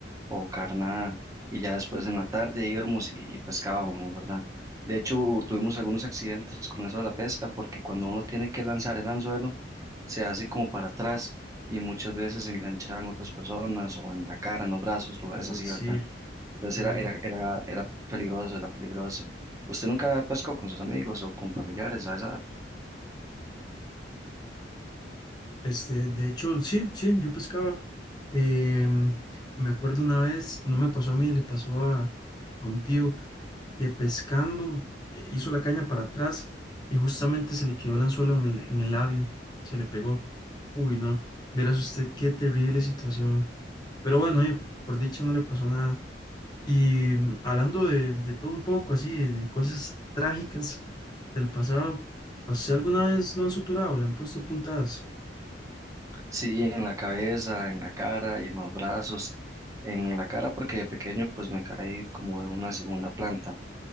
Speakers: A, on the right; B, on the left.
A: o carnada y ya después en la tarde íbamos y, y pescábamos, ¿verdad? De hecho, tuvimos algunos accidentes con eso de la pesca porque cuando uno tiene que lanzar el anzuelo, se hace como para atrás y muchas veces se enganchaban otras personas o en la cara, en los brazos, lugares
B: Uy,
A: así,
B: sí,
A: ¿verdad? Entonces
B: qué
A: era,
B: duro.
A: era, era, era peligroso, era peligroso. ¿Usted nunca pescó con sus amigos o con familiares a esa-
B: Este, de hecho, sí, sí, yo pescaba. Em, me acuerdo una vez, no me pasó a mí, le pasó a, a un tío que pescando eh, hizo la caña para atrás y justamente se le quedó el anzuelo en el, en el labio, se le pegó. Uy, no, verás usted qué terrible situación. Pero bueno, eh, por dicha no le pasó nada. Y mm, hablando de, de todo un poco, así, de, de cosas trágicas del pasado, ¿a ¿usted alguna vez lo han suturado, le han puesto puntadas?
A: Sí, en la cabeza, en la cara y en los brazos. En la cara porque de pequeño pues me caí como de una segunda planta.